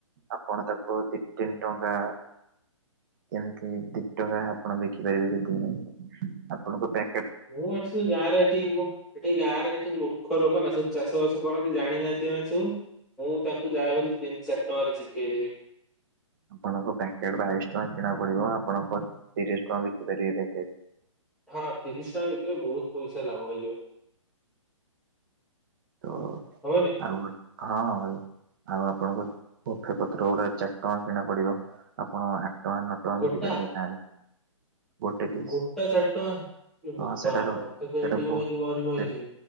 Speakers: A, on the right; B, in the centre.
A: ଆପଣ ତାକୁ ଆଉ ଦି ତିନି ଟଙ୍କା କେମିତି ଦି ଟଙ୍କା ଆପଣ ବିକି ପାରିବେ ହେଥିପାଇଁ ଆପଣଙ୍କ ବ୍ୟା
B: ମୁଁ ଆକ୍ଚୁଆଲି ଗାଁରେ ଏଠି ମୁଁ ଏଠି ଗାଁରେ ଏଠି ମୂର୍ଖ ଲୋକ ନା ସବୁ ଚାଷ ବାସ କଣକିଛି ଜାଣିନାହାଁନ୍ତି ଏମାନେ ସବୁ ମୁଁ ତାଙ୍କୁ ଯାହା ବୋଲି ତିନି ଚାରି ଟଙ୍କାରେ ଚିପ୍କେଇଦେବି।
A: ଆପଣଙ୍କ ପ୍ୟାକେଟ୍ ବାଇଶି ଟଙ୍କା କିଣା ପଡିବ ଆପଣ ପ ତିରିଶ ଟଙ୍କା ବିକି ପାରିବେ ପ୍ୟାକେଟ୍।
B: ହଁ ତିରିଶ ଟଙ୍କା ଭିତରେ ବହୁତ ପଇସା ଲାଭ ହେଇଯିବ।
A: ତ
B: ହବନି
A: ଆଉ ହଁ ଭାଇ। ଆଉ ଆପଣଙ୍କ ବଫେ ପତ୍ର ଗୁଡା ଚାରି ଟଙ୍କା କିଣା ପଡିବ ଆପଣ ଆ ଆଠ ଟଙ୍କା ନଅ ଟଙ୍କା
B: ଗୋଟା
A: ବିକି ପାରିବେ ଗାଁରେ। ଗୋଟେ ପିସ୍
B: ଗୋଟା ଚାରିଟଙ୍କା ଇଲୋ ବୋପା
A: ହଁ ସେଟାର
B: ମା ମତେ ତ ଏଇଠି
A: ସେଟା ବହୁତ
B: ମୁଁ ହେଇଯିବି ଗରିବ ହେଇଯିବି।
A: ସେ